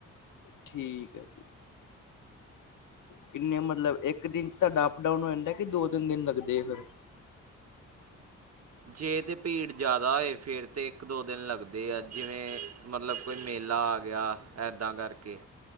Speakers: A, on the left; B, on the right.
A: ਠੀਕ ਹੈ ਜੀ ਕਿੰਨੇ ਮਤਲੱਬ ਇੱਕ ਦਿਨ ਚ ਤੁਹਾਡਾ ਅਪ ਡਾਊਨ ਹੋ ਜਾਂਦਾ ਕਿ ਦੋ ਤਿੰਨ ਦਿਨ ਲੱਗਦੇ ਆ ਫੇਰ
B: ਜੇ ਤੇ ਭੀੜ ਜ਼ਿਆਦਾ ਹੋਏ ਫੇਰ ਤੇ ਇੱਕ ਦੋ ਦਿਨ ਲੱਗਦੇ ਤੇ ਜਿਵੇਂ ਮਤਲਬ ਕੋਈ ਮੇਲਾ ਆ ਗਿਆ ਏਦਾਂ ਕਰਕੇ